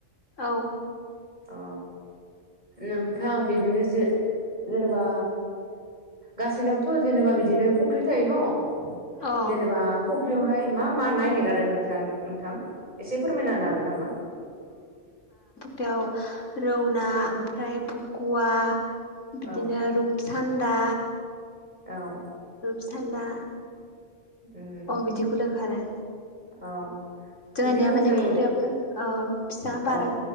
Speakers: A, on the left; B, on the right.
A: औ
B: औ नोंथां बिदिनो जो जेनेबा गासैनाबोथ' जेनेबा बिदिनो फुख्रि थायो न'
A: अ
B: जेनेबा फख्रियावहाय मा मा ना हेगारो नोंसा नोंथां एसे फोरमायना होनो हागोन नामा
A: थेव रौ ना ओमफ्राय फुकुवा बिदिनो
B: औ
A: रुपसान्दा
B: औ
A: सान्दा
B: उम
A: अ बिदिखौल' खारो
B: औ
A: जोंहानिया
B: बिदिनो
A: माने
B: जों
A: फुख्रियाबो ओ फिसा बारा
B: औ